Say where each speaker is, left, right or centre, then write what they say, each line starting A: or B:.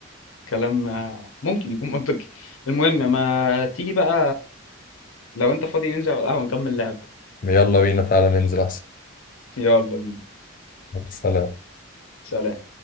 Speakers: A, on the left; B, on the left.
A: كلام آه، ممكن يكون منطقي المهم ما تيجي بقى لو أنت فاضي ننزل على القهوة نكمل لعب
B: يلا بينا تعالى ننزل احسن
A: يلا بينا
B: سلام
A: سلام